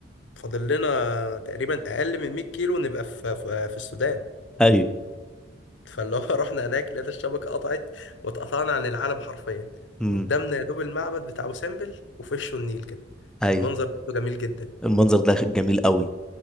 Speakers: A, on the left; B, in the centre.
A: فاضل لنا تقريبا اقل من 100 كيلو نبقى في في في السودان
B: ايوه
A: فاللي هو <laughs> رحنا هناك لقينا الشبكة قطعت واتقطعنا عن العالم حرفيا
B: امم
A: قدامنا يا دوب المعبد بتاع أبو سمبل وفي وشه النيل كده
B: ايوه
A: كان منظر برضه جميل جدا
B: المنظر ده جميل قوي